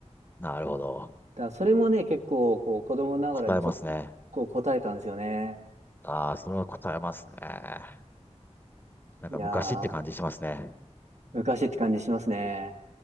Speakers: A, on the left; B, on the right.
A: なるほど。
B: だからそれもね、結構こう子供ながらにちょっとここう答えたんですよね。
A: 答えますね。ああ、それは答えますね。なんか昔って感じしますね。
B: いやー。昔って感じしますね。